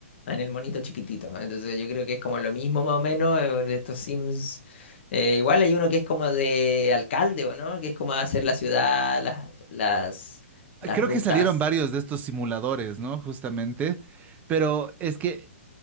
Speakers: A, on the left; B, on the right.
A: en el monito chiquitito. Entonces yo creo que es como lo mismo más o menos eh, de estos Sims. Eh, igual hay uno que es como de alcalde, ¿o no? Que es como hacer la ciudad, las, las, las
B: creo
A: rutas.
B: que salieron varios de estos simuladores, ¿no? Justamente, pero es que